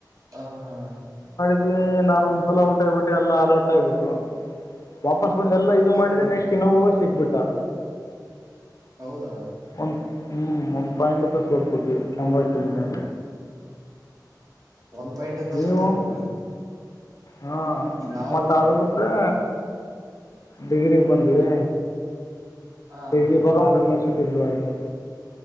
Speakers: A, on the right; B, on the left.
A: ಹ ಹಾ
B: ನಾನನ್ ಒಂದ್ಸಲ ಊಟ ಆಗ್ಬಿಟ್ಟು ಎಲ್ಲ ಅಲರ್ಟ್ ಆಗಬಿಟ್ರು ವಾಸ್ ಬಂದ ಎಲ್ಲ ಇ ಮಾಡಿದೆ
A: ಹಾ
B: ನೆಕ್ಸ್ಟ್ ಇಾೋ ಹೋ್ ಸಿಕ್ಬಿಟ್ಟಾ
A: ಹೌದಾ
B: ಒಂದ ಹ್ಮ್ ಒಂದ್ ಪಾಯಿಂಟ್ಂತ ಸೋಬ ಕೆಂಬಂ
A: ಒಂದ್ ಪಾಯಿಂಟ್ ಇಂದ
B: ನೀವು
A: ಸೋತಿರೋದ
B: ಹಾ
A: ನಾವು
B: ಮತ್ತ ಅ ಬಿಟ್ರೆ ಡಿಗ್ರಿ ಬಂದ್ವಿ
A: ಹ
B: ಡಿಗ್ರಿ ಬರುವೋ ಸಟಬಲ ಆಯತ